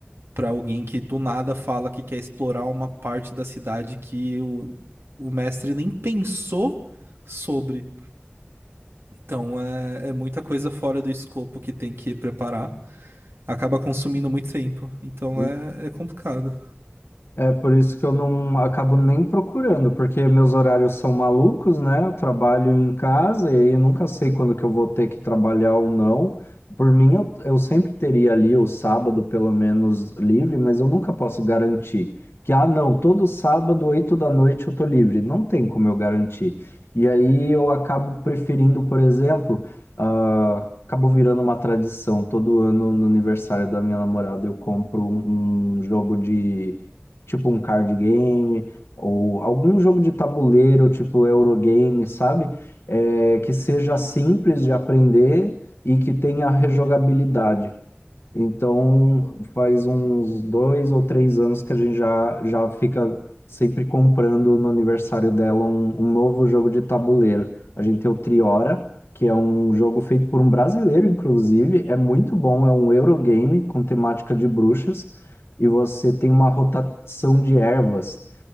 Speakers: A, on the right (about 80°); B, on the left (about 80°).
A: para alguém que do nada fala que quer explorar uma parte da cidade que o, o mestre nem pensou sobre. Então é, é muita coisa fora do escopo que tem que preparar. Acaba consumindo muito tempo. Então
B: uhum.
A: é, é complicado.
B: É por isso que eu não acabo nem procurando, porque meus horários são malucos, né? Eu trabalho em casa e aí eu nunca sei quando que eu vou ter que trabalhar ou não. Por mim, eu, eu sempre teria ali o sábado, pelo menos, livre, mas eu nunca posso garantir que, ah, não, todo sábado, oito da noite, eu tô livre. Não tem como eu garantir. E aí eu acabo preferindo, por exemplo, ah, acabou virando uma tradição. Todo ano, no aniversário da minha namorada, eu compro um um jogo de tipo um card game ou algum jogo de tabuleiro, tipo Eurogame, sabe? É, que seja simples de aprender e que tenha rejogabilidade. Então, faz uns dois ou três anos que a gente já, já fica sempre comprando no aniversário dela um, um novo jogo de tabuleiro. A gente tem o Triora, que é um jogo feito por um brasileiro, inclusive. É muito bom, é um Eurogame com temática de bruxas. E você tem uma rotação de ervas.